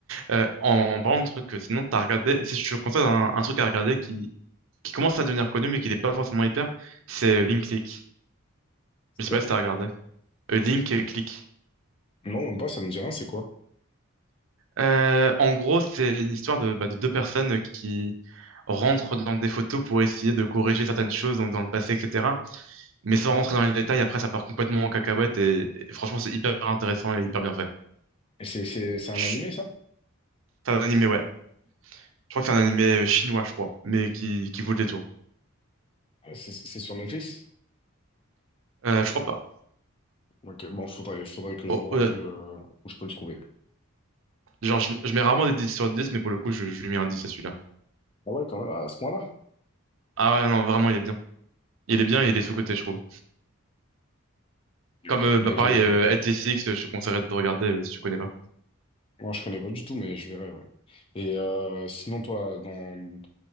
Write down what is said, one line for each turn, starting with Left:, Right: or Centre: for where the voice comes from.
Right: Euh, en parlant de trucs que sinon t'as regardé, si je te conseille un, un truc à regarder qui, qui commence à devenir connu mais qui n'est pas forcément hyper, c'est euh, Link League.
Left: C'est
Right: Je sais
Left: quoi?
Right: pas si t'as regardé. Euh, Link euh, Click.
Left: Non, même pas, ça me dit rien, c'est quoi?
Right: Euh, en gros, c'est une histoire de, bah, de deux personnes qui rentrent dans des photos pour essayer de corriger certaines choses, donc dans le passé, etc. Mais sans rentrer dans les détails, après, ça part complètement en cacahuète et, et franchement, c'est hyper intéressant et hyper bien fait.
Left: Et c'est, c'est, c'est un
Right: Chut.
Left: animé, ça?
Right: C'est un animé, ouais. Je crois que c'est un animé euh, chinois, je crois, mais qui, qui vaut le détour.
Left: Ouais, C'est c'est sur Netflix?
Right: Euh, je crois pas.
Left: Ok, bon, faudrait, faudrait que
Right: Oh,
Left: je vois
Right: oh,
Left: un
Right: euh,
Left: peu euh, où je peux le trouver.
Right: genre, je, je mets rarement des 10 sur 10, mais pour le coup, je, je lui mets un 10 à celui-là.
Left: Ah ouais, quand même, à ce point-là?
Right: Ah ouais, non, vraiment, il est bien. Il est bien et il est sous-coté, je trouve.
Left: Ok,
Right: Comme euh,
Left: ok. Bah,
Right: bah, pareil,
Left: je vais-
Right: euh, ATCX, euh, je te conseillerais de regarder euh, si tu connais pas.
Left: Moi, je connais pas du tout, mais je verrai, ouais. Et euh, sinon, toi, dans